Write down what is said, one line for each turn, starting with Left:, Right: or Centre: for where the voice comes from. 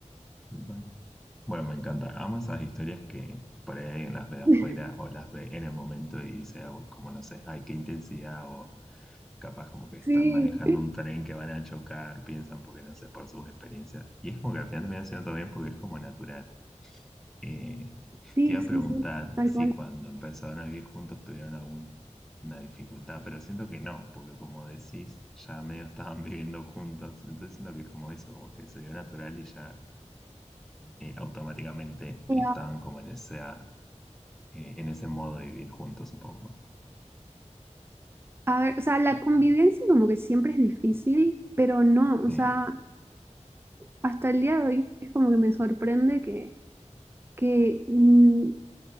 Centre: Total. Bueno, me encanta. Amo esas historias que por ahí alguien las ve afuera
Right: <laughs>
Centre: o las ve en el momento y dice, ah, como no sé, ay, qué intensidad o capaz como que están
Right: Sí.
Centre: manejando un tren que van a chocar, piensan porque no sé, por sus experiencias. Y es como que al final termina siendo todo bien porque es como natural. Eh,
Right: Sí,
Centre: te iba a
Right: sí,
Centre: preguntar
Right: sí, tal
Centre: si
Right: cual.
Centre: cuando empezaron a vivir juntos tuvieron alguna dificultad, pero siento que no, porque como decís, ya medio estaban <laughs> viviendo juntos, entonces siento que es como eso, como que se dio natural y ya eh, automáticamente
Right: Eh,
Centre: estaban como en esa, eh, en ese modo de vivir juntos, supongo.
Right: a ver, o sea, la convivencia como que siempre es difícil, pero no,
Centre: Sí,
Right: o sea, hasta el día de hoy es como que me sorprende que, que mm,